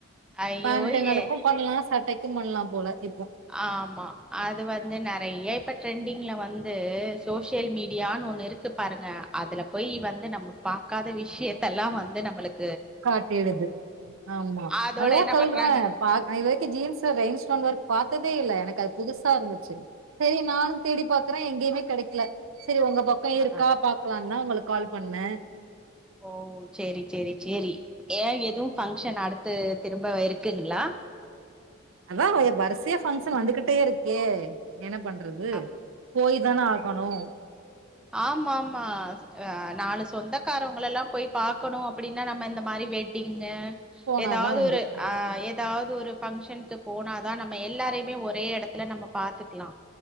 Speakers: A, in the centre; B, on the right (about 70°).
A: ஐயோ
B: பேண்டுங்களுக்கூ
A: ஏ
B: பண்லா சட்டைக் தும் பண்லா போல இர்
A: ஆமா அது வந்து நறைய இப்பட் ட்ரெண்டிங்ல வந்து சோஷியல் மீடியானு ஒன்னு இருக்கு பாருங்க அதுல போய் வந்து நம்ம பாக்காத விஷயத்தல்லா வந்து நம்ளுக்
B: காட்டிடுது ஆமா
A: அதோட
B: அதுதா
A: என்ன
B: சொல்றே
A: பண்றாங்க
B: பாக் <unintelligible> து ஜீன்ஸ்ல ரெயின்ஸ்டோன் வர்க் பாத்ததே இல்ல எனக்கு அது புதுசா இருந்துச்சு சரி நானூ தேடி பாக்குற எங்கேயுமே கிடைக்கல சரி உங்க பக்கோ
A: ஆ
B: இருக்கா பாக்கலாந்தா உங்களுக் கால் பண்ணே
A: ஓ சேரி சேரி சேரி ஏ எதுவூ ஃபங்க்ஷன் அடுத்து திரும்ப இருக்குங்களா
B: அதா எப் வரிசையா பஃங்க்ஷன் வந்துகிட்டேருக்கே என்ன பண்றது
A: அ
B: போய் தானே ஆகணூ
A: ஆமாம் மாஸ் அ நாலு சொந்தக் க்காரவங்களல்லா போய் பாக்கணூ அப்டின்னா நம்ம இந்த மாரி வெட் ங்கு
B: போனாதா
A: ஏதாவ்து
B: உண்டு
A: ஒரு ஆ ஏதாவ்த் ஒரு ஃபங்க்ஷன்க்கு போனாதா நம்ம எல்லாரையுமே ஒரே எடத்துல நம்ம பாத்துக்லா